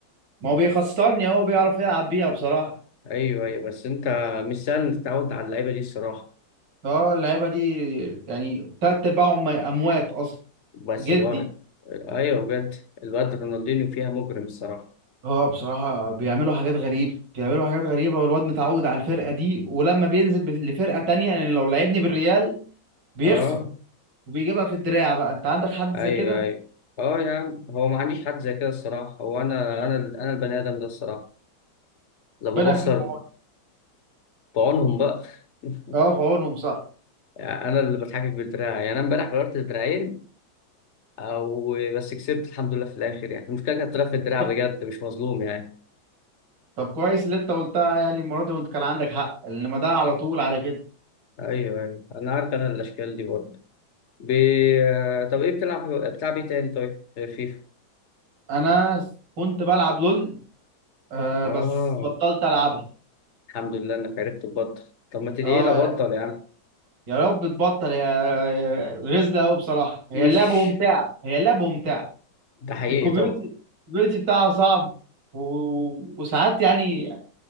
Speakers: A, on the right (about 60°); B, on the left (about 40°).
A: ما هو بيخسرني هو بيعرف يلعب بيها بصراحة
B: ايوه ايوه بس انت مش سهل تتعود على اللعيبه دي الصراحه
A: اه اللعيبة دي يعني تلات ارباعهم اموات اصلا
B: بس
A: جدي
B: الواد ايوه بجد الواد رونالدينيو فيها مجرم الصراحه
A: اه بصراحة بيعملوا حاجات غريبة بيعملوا حاجات غريبة والواد متعود على الفرقة دي ولما بينزل بت- لفرقة تانية يعني لو لعبني بالريال بيخسر
B: اه
A: وبيجيبها في الدراع بقى انت عندك حد
B: ايوه
A: زي كده
B: ايوه اه يا عم هو ما عنديش حد زي كده الصراحه هو انا انا انا البني ادم ده الصراحه لما
A: ربنا
B: بخسر
A: يكون في عونه
B: بعونهم بقى <laughs>
A: اه في عونهم صح
B: انا اللي بتحجج بالدراع يعني انا امبارح غيرت الدراعين او بس كسبت الحمد لله في الاخر يعني المشكله كانت طلعت في الدراع
A: <laughs>
B: بجد مش مظلوم يعني
A: طب كويس اللي انت قلتها يعني المرة دي وانت كان عندك حق انما ده على طول على كده
B: ايوه ايوه انا عارف انا الاشكال دي برضه ب... طب ايه بتلعب بتلعب ايه تاني طيب غير فيفا
A: انا كنت بلعب لول آه
B: اه
A: بس بطلت العبها
B: الحمد لله انك عرفت تبطل طب ما تدعي
A: اه
B: لي ابطل يعني
A: يا رب تبطل يا يا- غزلة قوي بصراحة هي
B: مش
A: اللعبة ممتعة هي اللعبة ممتعة
B: ده حقيقي
A: الكوميونتي
B: طبعا
A: الكوميونتي بتاعها صعب و... وساعات يعني